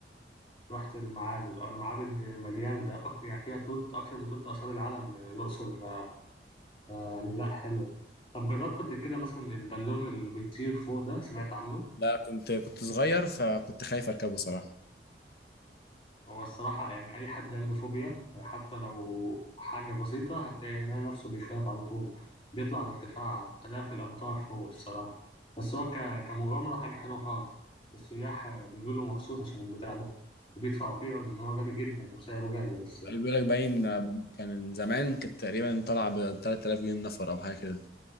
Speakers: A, on the left; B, on the left.
A: رحت المعابد اه المعابد مليانه ده اكتر يعني فيها تلت اكتر من تلت اثار العالم آه، الاقصر ف... ف يعني لا حلو طب جربت قبل كده مثلا البالون اللي بيطير فوق ده سمعت عنه
B: لا كنت كنت صغير فكنت خايف اركبه صراحه
A: هو الصراحة يعني أي حد عنده فوبيا حتى لو حاجة بسيطة هتلاقي عينيه نفسه بيخاف على طول بيطلع لارتفاع آلاف الأمتار فوق الصراحة بس هو ك... كمغامرة حاجة حلوة خالص السياح بيجوا مخصوص عشان البتاع ده وبيدفعوا فيه رغم إن هو غالي جدا وسعره غالي بس
B: بيقول لك باين آه، كان زمان كانت تقريبا طالعه ب 3000 جنيه النفر او حاجه كده